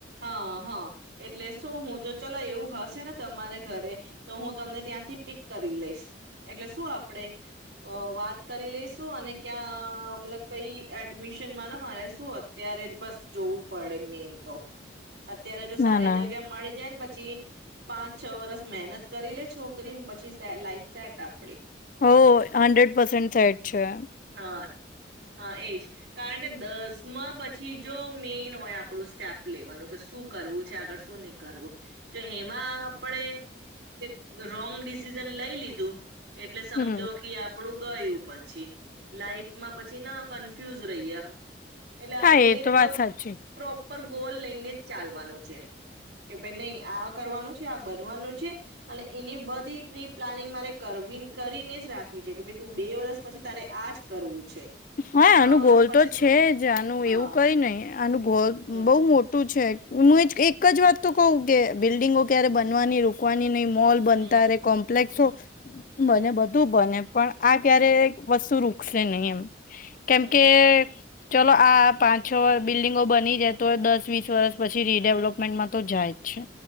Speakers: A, on the right; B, on the left.
A: હા હા એટલે શું હું જો ચલો એવું હશે ને તમારે ઘરે તો હું તમને ત્યાંથી પિક કરી લઈશ. એટલે શું આપણેે અ વાત કરી લઈશું અને ક્યાં અ- અ મતલબ કઈ એડમિશનમાં ને મારે શું અત્યારે જ બસ જોવું પડે મેન તો. અત્યારે જો સારી
B: ના ના
A: જગ્યા મળી જાય ને છી પાંચ છ વરષ મહેનત કરી લે છોકરીને પછી લાઈફ સે સેટ આપ
B: હો હન્ડ્રેડ પસેન્ટ સેટ છે.
A: હા હા, એજ કારણ કે દસમાં પછી જો મેઈન હોય આપણું સ્ટેપ લેવાનું કે શું કરવું છે આગળ શું નહી કરવું જો એમાં આપણેે રોંગ <unintelligible> ડિસિઝન લઈ લી તું એટલે સમજો
B: હમ
A: કે આપડું ગયું પછી. લાઈફમાં પછી ન કન્ફ્યુઝ રહીયા. એટલે આપડે
B: હા એ
A: એક
B: તો વાત સાચી
A: પ્રોપર ગોલ લઈને જ ચાલવાનું છે કે ભાઈ નહી આ કરવાનું છે, આ બનવાનું છે અને એની બધી પ્રી પ્લાનિંગ મારે કરવી કરીને જ રાખવી છે. કે ભઈ તું બે વરષ પછી તારે આજ કરવું છે.
B: હા,
A: ત્રણ
B: આનું
A: વર્ષ
B: ગોલ
A: પછી
B: તો છે
A: તું
B: જ. આનું
A: હા
B: એવું કઈ નહીં આનું ગોલ
A: હમ
B: બઉુ મોટ ટું છે. હું એજ એક જ વાત તો કવ કે બિલ્ડિંગો ક્યારે બનવાની રોકવાની નહી મોલ બનતા
A: હમ
B: રે કોમ્પ્લેક્સો
A: હમ
B: બને બધું બને પણ આ કયારેક
A: હમ
B: <unintelligible> <unintelligible> નહી એમ કેમ
A: હમ
B: કે ચાલો આ પાંચ-છ બિલ્ડિંગો બની જાય તોયે દસ-વીસ વર્ષ પછી રીડેવલપમેન્ટમાં તો જાય જ છે.